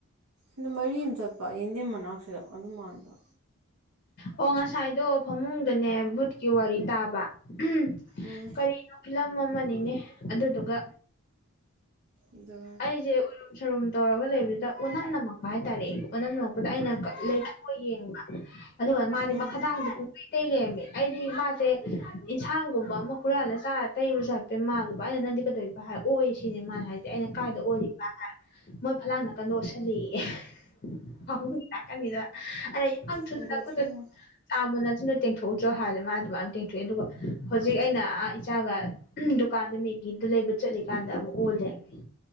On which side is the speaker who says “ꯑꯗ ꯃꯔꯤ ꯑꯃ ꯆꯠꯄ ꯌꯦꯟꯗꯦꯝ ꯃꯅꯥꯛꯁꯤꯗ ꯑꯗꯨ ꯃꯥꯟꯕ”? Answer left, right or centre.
Right